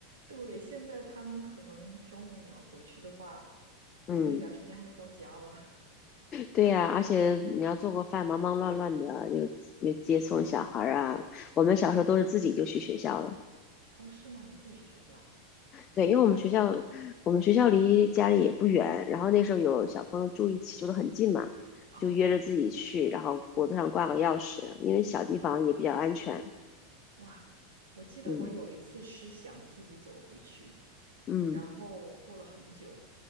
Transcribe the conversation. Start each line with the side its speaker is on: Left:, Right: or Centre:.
Right: 对，现在他们可能中午你要回去的话，
Left: 嗯。
Right: 就那点儿时间还没到家吧？
Left: 对呀，而且你要做过饭，忙忙乱乱的，又又接送小孩儿啊。我们小时候都是自己就去学校了，
Right: <laughs> 哦，是吗？你自己去学校，这么厉害？
Left: 对，因为我们学校，我们学校离家里也不远，然后那时候有小朋友住一起，住得很近嘛，
Right: 哦，
Left: 就约着自己去，然后脖子上挂个钥匙，
Right: 嗯，
Left: 因为小地方也比较安全。
Right: 啊、哇！我记得我有一次是想自己走回去，
Left: 嗯嗯
Right: 然后过了很久，